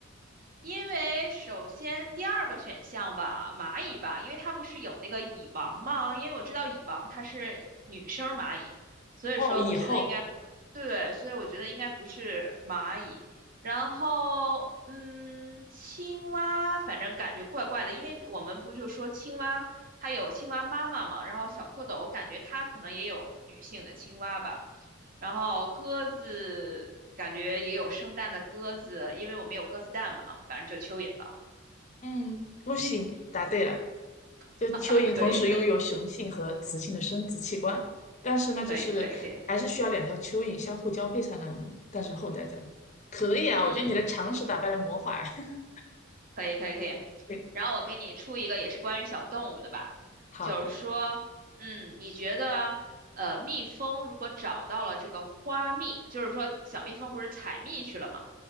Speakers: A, on the right (about 45°); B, on the left (about 35°).
A: 因为首先第二个选项吧，蚂蚁吧，因为它不是有那个蚁王吗？因为我知道蚁王它是女生蚂蚁，所以说我觉得应该不，
B: 哦，以后，
A: 对对，所以我觉得应该不是蚂蚁。然后，嗯，青蛙反正感觉怪怪的，因为我们不就说青蛙它有青蛙妈妈嘛，然后小蝌蚪，我感觉它可能也有女性的青蛙吧。然后鸽子感觉也有生蛋的鸽子，因为我们有鸽子蛋嘛，啊，反正就蚯蚓吧。
B: 嗯，恭喜你答对了。就蚯蚓同时拥有雄性和雌性的生殖器官，
A: <laughs> 哈哈，可以，可以，
B: 但是呢，
A: 可以，
B: 就是还是需要两条蚯蚓相互交配才能诞生后代。
A: 可以，可以，
B: 这样可以啊，
A: 嗯，
B: 我觉得你的常识打败了魔法。<laughs>
A: 可以，可以，可以。
B: 对，
A: 然后我给你出一个也是关于小动物的吧，
B: 好的。
A: 就是说，嗯，你觉得，呃，蜜蜂如果找到了这个花蜜，就是说小蜜蜂不是采蜜去了吗？